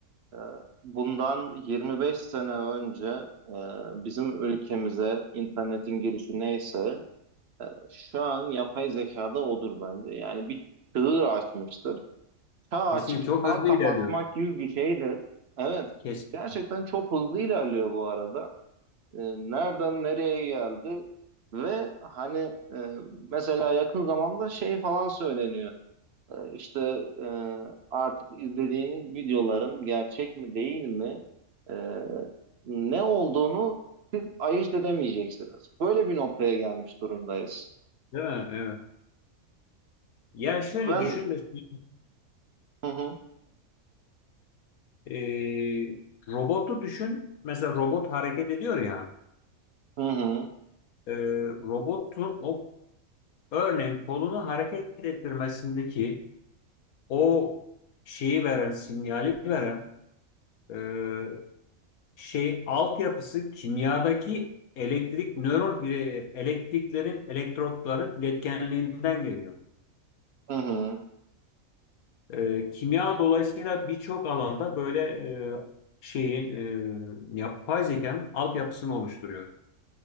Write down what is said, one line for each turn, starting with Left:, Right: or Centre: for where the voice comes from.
Right: E, bundan 25 sene önce e, bizim ülkemize internetin girişi neyse e, şu an yapay zekada odur bence. Yani bir çığır açmıştır. çağ
Left: Kesinlikle
Right: açıp
Left: çok
Right: çağ
Left: hızlı
Right: kapatmak
Left: ilerliyor.
Right: gibi bir şeydir. Evet.
Left: Kesin.
Right: Gerçekten çok hızlı ilerliyor bu arada. Ee, nereden nereye geldi? Ve hani e, mesela yakın zamanda şey falan söyleniyor. Ee, işte e, artık izlediğiniz videoların gerçek mi değil mi? e, ne olduğunu siz ayırt edemeyeceksiniz. Böyle bir noktaya gelmiş durumdayız.
Left: Değil mi? Evet. Ya şöyle
Right: Ben
Left: düşün mesela
Right: hı hı
Left: eee, robotu düşün. Mesela robot hareket ediyor ya.
Right: hı hı
Left: eee, robotun o örneğin kolunu hareket ettirmesindeki o şeyi veren, sinyali veren eee şey altyapısı kimyadaki elektrik nöron ile- elektriklerin, elektrotların iletkenliğinden geliyor.
Right: hı hı.
Left: E, kimya dolayısıyla birçok alanda böyle e, şeyin e, yapay zekanın altyapısını oluşturuyor.